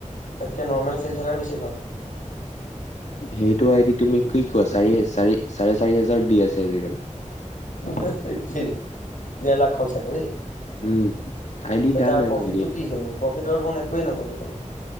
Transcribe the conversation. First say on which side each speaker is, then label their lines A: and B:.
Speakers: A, on the left; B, on the left.
A: তাককে নৰ্মেল খেল থাকাই বেছি ভাল।
B: সেইটো আইদি তুমি? কি কয় চাৰে চাৰি হেজাৰ দি আছে আজি কালি।
A: হে হে ঠেই। ডেৰ লাখৰ চাকৰি,
B: উম আইডি
A: ত
B: দাম
A: তাৰ
B: নাই
A: প্ৰফিটটো
B: ন গেম
A: কি হব কক? <unintelligible>